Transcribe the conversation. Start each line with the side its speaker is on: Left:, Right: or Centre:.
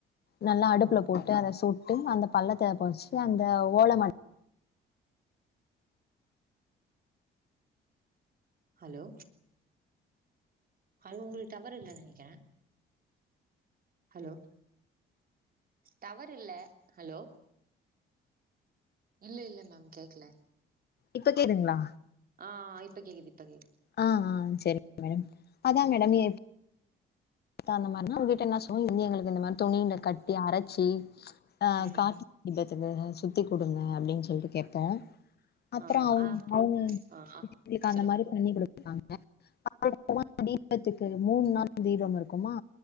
Left: நல்லா
Right: பண்ணிருக்கோம்
Left: அடுப்புல
Right: ம்
Left: போட்டு அத சுட்டு அந்த பள்ளத்த பொதச்சுட்டு அந்த ஓல ம
Right: ஹலோ ஹலோ உங்கள் டவர் இல்ல நெனைக்கிறே ஹலோ டவர் இல்ல ஹலோ இல்ல இல்ல மேம் கேக்ல
Left: இப்ப கேதுங்ளா
Right: ஆ இப்பக்கேக்குது இப்பகே
Left: ஆ ஆ செரிங்க மேடம் அதா மேடம் எ த்தா அந்த மார்னா உங்ககிட்ட என்னா சொன்ன வந்து எங்களுக்கு இந்த மாரி துணில கட்டி அரச்சி
Right: கேக்குது
Left: ஆ காத்தி திபத்துக்கு சுத்தி குடுங்க அப்டின் சொல்ட்டு கேத்தோ அப்றோ
Right: ஆ
Left: அவுங்
Right: ஆ அப்றோ
Left: அவுங்க
Right: ஆ ஆ
Left: எங்ளுக்கு அந்த
Right: சொல்லுங்க
Left: மாரி
Right: சொல்லுங்க
Left: பண்ணி குடு ப்பாங்க அப்பல்லா தீபத்துக்கு மூண் நாள் தீபம் இரு <unintelligible> அந்த க்குமா